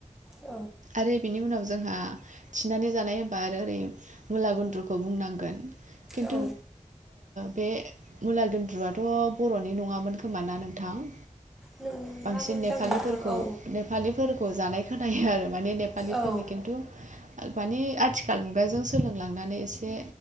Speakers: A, in the centre; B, on the right (about 70°).
A: औ
B: आरो बेनि उनाव जोंहा थिनानै जानाय हाबा आरो ओरै मुला गुन्द्रुखौ बुंनांगोन खिन्थु
A: औ
B: बे मुला गुन्द्रुआथ' बर'नि नङामोन खोमा ना नोंथां
A: नङामोनदां
B: बांसिन नेपालिफोरखौ
A: नोंथां औ
B: नेपालिफोरखौ जानाय खोनायो आरो माने नेपालिफोरनि
A: औ
B: खिन्थु मानि आथिखाल मुगाजों सोलोंलांनानै एसे